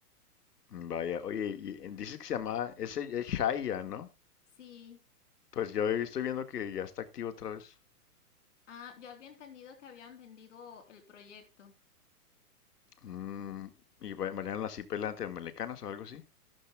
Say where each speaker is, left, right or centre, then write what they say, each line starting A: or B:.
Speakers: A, on the left (about 80°); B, on the left (about 50°).
A: <laughs> Vaya, oye, y eh, dices que se llama, ese es Shaya, ¿no?
B: Sí,
A: Pues yo estoy viendo que ya está activo otra vez.
B: ah, yo había entendido que habían vendido el proyecto.
A: Mm, y va- bailaron así pelante americanas o algo así.